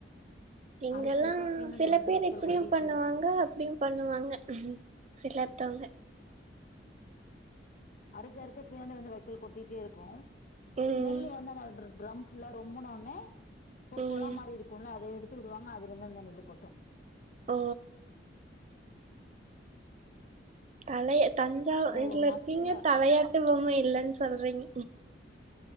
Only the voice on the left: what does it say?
அறுக்க அறுக்க பின்னாடி
வந்து
வைக்கோல்
கொட்டிட்டே
அறுக்க அறுக்க பின்னாடி வந்து வக்கோல் கொட்டிட்டே இருக்கும்
நெல்லு வந்து அந்த ட்ர ட்ரம்ஸ் ஃபுல்லா ரொம்புனோட்னே ஒரு
கொழா மாரி இருக்கும்ல அத எடுத்து விடுவாங்க அதுல இருந்து அந்த நெல்லு கொட்டும்
நா ஒரு மாசத்துல